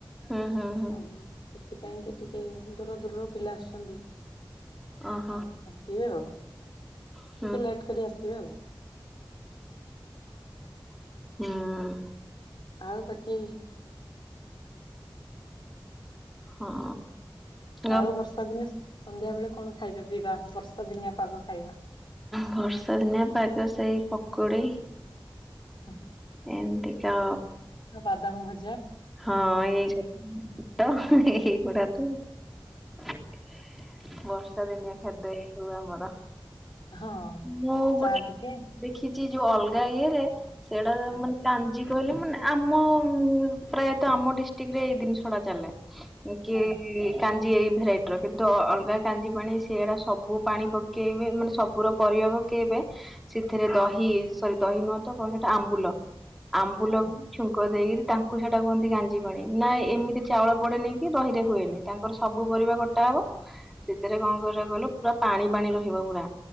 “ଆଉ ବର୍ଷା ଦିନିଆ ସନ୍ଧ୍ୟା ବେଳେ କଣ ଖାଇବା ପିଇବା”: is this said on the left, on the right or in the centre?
Left